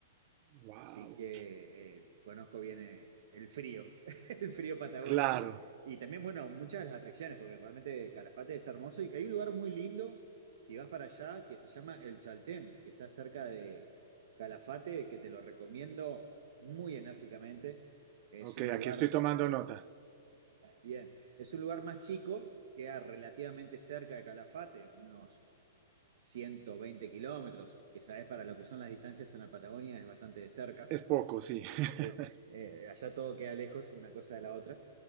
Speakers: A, on the right; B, on the right.
A: Wow.
B: Así que eh, conozco bien eh, el frío, <laughs> el frío patagónico.
A: Claro.
B: Y también, bueno, muchas de las atracciones, porque realmente Calafate es hermoso. Y hay un lugar muy lindo, si vas para allá, que se llama El Chaltén, que está cerca de Calafate, que te lo recomiendo muy enérgicamente. Es
A: Ok,
B: un lugar
A: aquí estoy tomando nota.
B: Bien, es un lugar más chico, queda relativamente cerca de Calafate, unos 120 kilómetros, que sabes para lo que son las distancias en la Patagonia es bastante de cerca.
A: Es poco, sí. <laughs>
B: Eh, eh, allá todo queda lejos, una cosa de la otra.